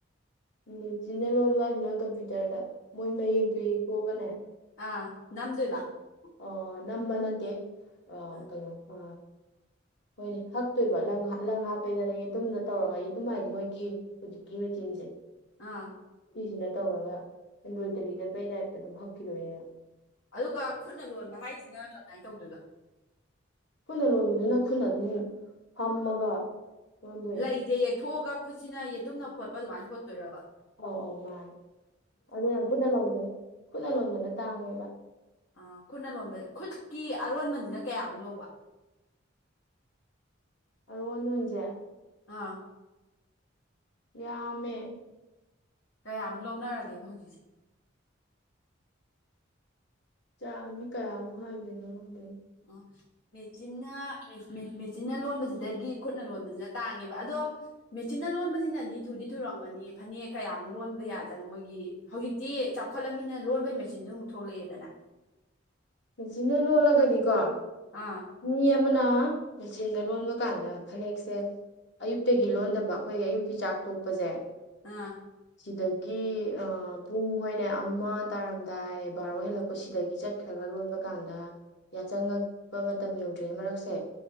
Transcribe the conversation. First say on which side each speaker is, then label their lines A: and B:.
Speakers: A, on the left; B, on the left.
A: ꯃꯦꯆꯤꯟꯅ ꯂꯣꯟꯕ ꯍꯥꯏꯁꯤꯅ ꯀꯝꯄ꯭ꯌꯨꯇꯔꯗ ꯃꯣꯏ ꯃꯌꯦꯛꯇꯨ ꯌꯦꯛꯇꯣꯛꯑꯒꯅꯦ
B: ꯑꯥ ꯅꯝꯗꯣꯏꯕ
A: ꯑ ꯅꯝꯕ ꯅꯠꯇꯦ ꯑ
B: ꯑꯥ
A: ꯀꯩꯅꯣ ꯑ ꯍꯣꯏꯅꯦ ꯍꯛꯇꯣꯏꯕ ꯂꯪ ꯍꯥ ꯂꯪ ꯍꯥꯞꯄꯦꯗꯅ ꯌꯦꯇꯨꯝꯗꯣ ꯇꯧꯔꯒ ꯑꯩ ꯌꯦꯇꯨꯝ ꯍꯥꯏꯗꯤ ꯃꯣꯏꯒꯤ ꯍꯧꯖꯤꯀꯤ ꯃꯦꯆꯤꯟꯖꯦ
B: ꯑꯥ
A: ꯄꯤꯤꯁꯤꯅ ꯇꯧꯔꯒ ꯑꯦꯝꯕ꯭ꯔꯣꯏꯗꯔꯤꯗꯄꯩ ꯗꯥꯏꯔꯤꯛꯇ ꯑꯗꯨꯝ ꯍꯛꯈꯤꯔꯣꯏꯅꯦꯅ
B: ꯑꯗꯨꯒ ꯈꯨꯠꯅ ꯂꯣꯟꯕ ꯍꯥꯏꯁꯤꯅ ꯀꯃꯥꯏꯅ ꯇꯧꯗꯣꯏꯕ
A: ꯈꯨꯠꯅ ꯂꯣꯟꯕꯗꯨꯅ ꯈꯨꯠꯅ ꯑꯗꯨꯝ ꯐꯝꯃꯒ ꯂꯣꯟꯗꯣꯏꯅꯦ
B: ꯂꯩꯁꯦ ꯌꯦꯛꯊꯣꯛꯑꯒ ꯈꯨꯠꯁꯤꯅ ꯌꯦꯇꯨꯝꯅ ꯐꯣꯠꯄ ꯑꯗꯨꯃꯥꯏꯅ ꯈꯣꯠꯇꯣꯏꯔꯕ
A: ꯑꯧ ꯑꯧ ꯃꯥꯅꯦ ꯑꯗꯨꯅ ꯈꯨꯠꯅ ꯂꯣꯟꯕ ꯈꯨꯠꯅ ꯂꯣꯟꯕꯅ ꯇꯥꯡꯉꯦꯕ
B: ꯑ ꯈꯨꯠꯅ ꯂꯣꯟꯕ ꯈꯨꯠꯀꯤ ꯑꯔꯣꯟꯕꯁꯤꯅ ꯀꯌꯥꯃꯨꯛ ꯂꯧꯕ
A: ꯑꯔꯣꯟ ꯑꯣꯟꯁꯦ
B: ꯑꯥ
A: ꯌꯥꯝꯃꯦ
B: ꯀꯌꯥꯃꯨꯛ ꯂꯧꯅꯔꯒꯦꯕ ꯍꯧꯖꯤꯛꯁꯦ
A: ꯆꯥꯃꯤ ꯀꯌꯥꯃꯨꯛ ꯍꯥꯏꯗꯣꯏꯅꯣ ꯈꯪꯗꯦ
B: ꯑ ꯃꯦꯆꯤꯟꯅ ꯃꯦꯆꯤꯟꯅ ꯂꯣꯟꯕꯖꯤꯗꯒꯤ ꯈꯨꯠꯅ ꯂꯣꯟꯕꯁꯤꯅ ꯇꯥꯡꯉꯦꯕ ꯑꯗꯣ ꯃꯦꯆꯤꯟꯅ ꯂꯣꯟꯕꯁꯤꯅꯗꯤ ꯊꯨꯗꯤ ꯊꯨꯔꯝꯒꯅꯤ ꯐꯅꯦꯛ ꯀꯌꯥꯃꯨꯛ ꯂꯣꯟꯕ ꯌꯥꯖꯅꯣ ꯃꯣꯏꯒꯤ ꯍꯧꯖꯤꯛꯇꯤ ꯆꯥꯎꯈꯠꯂꯝꯅꯤꯅ ꯂꯣꯟꯕꯩ ꯃꯦꯆꯤꯟꯁꯖꯨ ꯑꯃꯨꯛ ꯊꯣꯛꯂꯛꯑꯦꯗꯅ
A: ꯃꯦꯆꯤꯟꯅ ꯂꯣꯜꯂꯒꯗꯤꯀꯣ
B: ꯑꯥ
A: ꯃꯤ ꯑꯃꯅ ꯃꯦꯆꯤꯟꯗ ꯂꯣꯟꯕ ꯀꯥꯟꯗ ꯐꯅꯦꯛꯁꯦ ꯑꯌꯨꯛꯇꯒꯤ ꯂꯣꯟꯗꯕ ꯑꯩꯈꯣꯏ ꯑꯌꯨꯛꯀꯤ ꯆꯥꯛ ꯇꯣꯛꯄꯁꯦ
B: ꯑꯥ
A: ꯁꯤꯗꯒꯤ ꯄꯨꯡ ꯍꯣꯏꯅ ꯑꯃ ꯇꯥꯔꯝꯗꯥꯏ ꯕꯥꯔꯣ ꯍꯦꯜꯂꯛꯄ ꯁꯤꯗꯒꯤ ꯆꯠ ꯈꯔ ꯈꯔ ꯂꯣꯟꯕ ꯀꯥꯟꯗ ꯌꯥꯆꯪꯉꯛꯄ ꯃꯇꯝ ꯌꯧꯗ꯭ꯔꯤꯉꯩ ꯃꯔꯛꯁꯦ